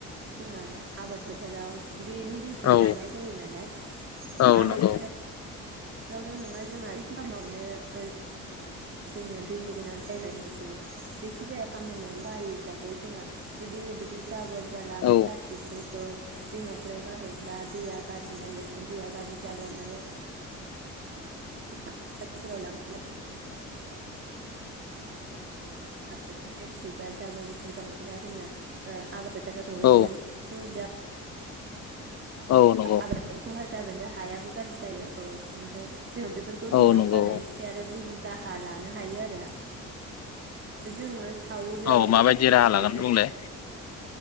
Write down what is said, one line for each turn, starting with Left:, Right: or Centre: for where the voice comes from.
Right: जोंहा आबाद फोथाराव बेनि दैखौनो
Left: औ
Right: लांनाय जायो नालाय
Left: औ
Right: आबाद
Left: नंगौ
Right: फोथार बेआवल' नङा जोंहा <unintelligible> जोंनो दैनि गोनांथि जायनायखौ जेखि जाया खामानियाव बायो हिसाबै जोंहा जुदि बिदि जाबोर जाला बा
Left: औ
Right: प्लास्टिकफोरखौ दैमाफोराव गारहरब्ला दैया गायो दैया गाज्रि जागोन आरो <unintelligible> लपस्टिक बा जाबोर जोथोर गानायफोरा जोंना आबाद फोथाराव सहैगोन
Left: औ
Right: थ बेयाव
Left: औ नंगौ
Right: आबादाबो खहा जागोन आरो हायाबो गाज्रि जायो औ ओमफ्राय जोङो बेफोरखौ
Left: औ
Right: दैमायाव
Left: नंगौ
Right: गारनायनिख्रुइ आरो गुबुन राहा लानो हायो आरो जोङो सावोब्लाबो
Left: औ माबायदि
Right: प्लास्टिकफोरखौ
Left: राहा लागोन बुंलाय